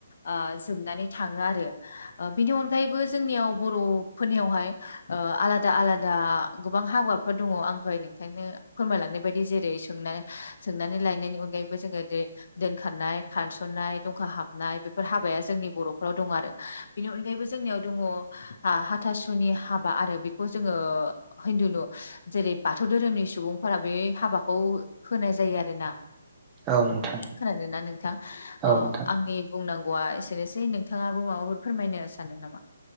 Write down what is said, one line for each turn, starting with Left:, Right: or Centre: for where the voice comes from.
Left: ओ जोबनानै थाङो आरो बिनि अनगायैबो जोंनियाव बर'फोरनियावहाय ओ आलादा आलादा गोबां हाबाफोर दङ आं दहाय नोंथांनो फोरमायलांनाय बायदि जेरै सों सोंनानै लायनायनि अनगायैबो जोंङो जेरै दोनखारनाय खारसननाय दंखा हाबनाय बेफोर हाबाया जोंनि बर'फोराव दं आरो। बेनि अनगायैबो जोंनियाव दङ हा हाथासुनि हाबा आरो बेखौ जोंङो हिन्दुुनु जेरै बाथौ धोरोमनि सुबुंफोरा बे हाबाखौ होनाय जायो आरोना।
Right: औ नोंथां
Left: खोनादोंना नोंथां?
Right: औ
Left: ओ
Right: नोंथां
Left: आंनि बुंनांगौआ एसेनोसै नोंथाङाबो माबाफोर फोरमायनो सानदों नामा?